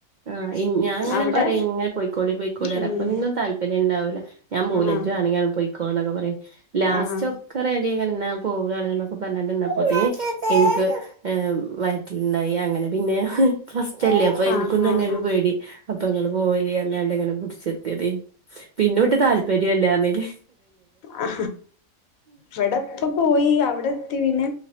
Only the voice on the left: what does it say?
അവിടെ
ഉം
ആഹ്
ആഹ്
ആഹ്
ആഹ്
അ ഇവിടെപ്പ പോയി അവിടെ എത്തി പിന്നെ